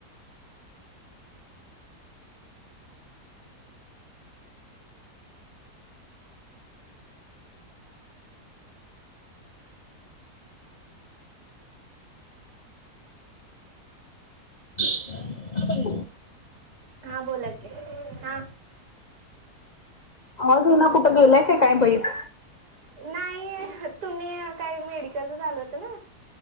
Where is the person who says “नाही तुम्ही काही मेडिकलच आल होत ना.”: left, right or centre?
Right